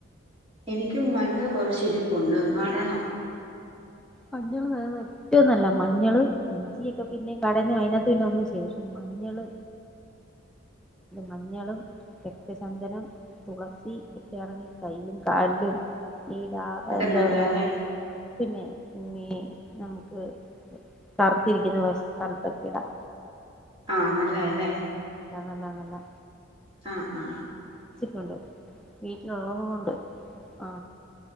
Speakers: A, on the right (about 25°); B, in the centre.
A: എനിക്കും മഞ്ഞൾ കൊറച്ച് ഇരിപ്പുണ്ട് നടണം
B: മഞ്ഞള് എന്ന് പറഞ്ഞാൽ ഏറ്റവും നല്ല മഞ്ഞള് ഇഞ്ചിയൊക്കെ പിന്നെ കടഞ്ഞ് അതിനകത്ത് പിന്നെ ഒന്നും ചെയ്യരുത് മഞ്ഞള് മഞ്ഞളും, രക്തചന്ദനം, തുളസി ഒക്കെ ആണെങ്കിൽ കയ്യിലും കാലിലും ഏടാ
A: ഒക്കെ
B: എന്തോ
A: നല്ലതല്ലേ
B: പറയാ പിന്നെ പിന്നെ നമുക്ക് കറുത്തിരിക്കുന്ന വശ സ്ഥലത്തൊക്കെ ഇടാം
A: ആ നല്ലതാ അല്ലേ
B: നല്ലതാ നല്ലതാ നല്ലതാ
A: ആ ആ
B: ഇതൊണ്ട് വീട്ടിലുള്ളത് കൊണ്ട് ആ